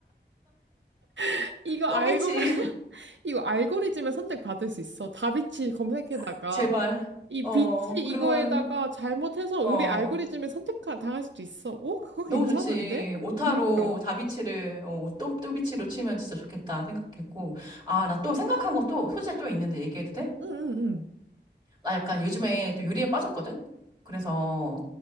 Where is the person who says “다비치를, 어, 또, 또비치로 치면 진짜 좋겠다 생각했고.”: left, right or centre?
Right